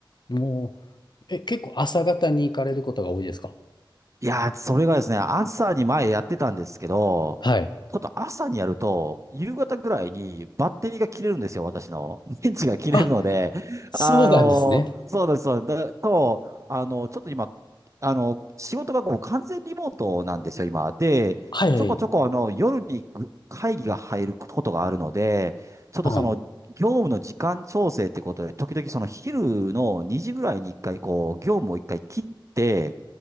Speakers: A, on the left; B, on the right.
A: もう、え、結構朝方に行かれることが多いですか
B: いやー、それがですね、朝に前やってたんですけど、
A: はい。
B: ちょっと朝にやると、夕方ぐらいにバッテリーが切れるんですよ、私の。<laughs> 電池が切れるので、
A: あ、そうなんですね。
B: あの、そうです、そうです。だと、あの、ちょっと今、あの、仕事がもう完全リモートなんですよ、今。で、
A: はいはい。
B: ちょこちょこ、あの、夜にぐ会議が入ることがあるので、ちょっとその、
A: はい。
B: 業務の時間調整ってことで、時々その昼の2時ぐらいに一回、こう、業務を一回切って、